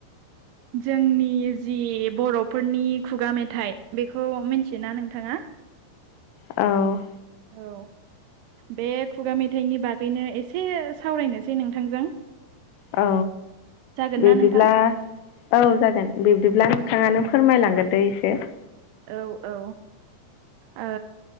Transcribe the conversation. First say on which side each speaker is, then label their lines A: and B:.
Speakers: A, on the right; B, on the left.
A: जोंनि जि बर'फोरनि खुगा मेथाइ बेखौ मिथियोना नोंथाङा? <inaudible>
B: औ
A: औ बे खुगा मेथाइनि बागैनो एसे सावरायनोसै नोंथांजों।
B: औ
A: जागोन
B: बिदिब्ला
A: ना नोंथां?
B: औ जागोन बिब्दिब्ला नोंथाङानो फोरमायलांग्रोदो एसे ।
A: औ औ ओ